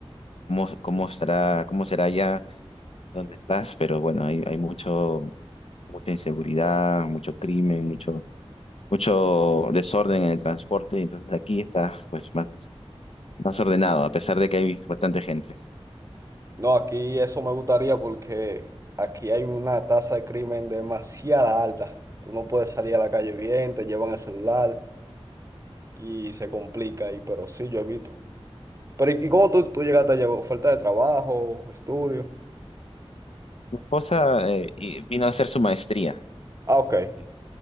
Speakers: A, on the left; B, on the right.
A: cómo, cómo estará, cómo será allá donde estás, pero bueno, hay, hay mucho, mucha inseguridad, mucho crimen, mucho mucho desorden en el transporte, entonces aquí está pues más más ordenado, a pesar de que hay bastante gente.
B: No, aquí eso me gustaría porque aquí hay una tasa de crimen demasiada alta. Tú no puedes salir a la calle bien, te llevan el celular y se complica ahí, pero sí, yo evito. Pero ¿y y cómo tú, tú llegaste a llevar? ¿Falta de trabajo, estudio?
A: Mi esposa eh, y- vino a hacer su maestría
B: Ah, ok,
A: y